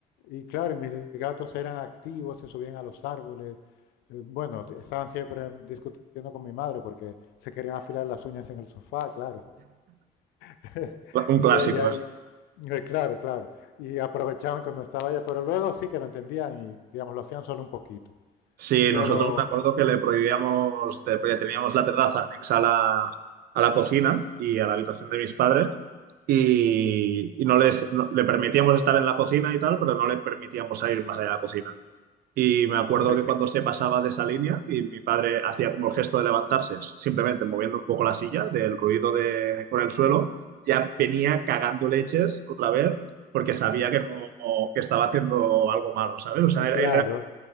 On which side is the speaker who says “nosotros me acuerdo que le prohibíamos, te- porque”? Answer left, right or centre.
Right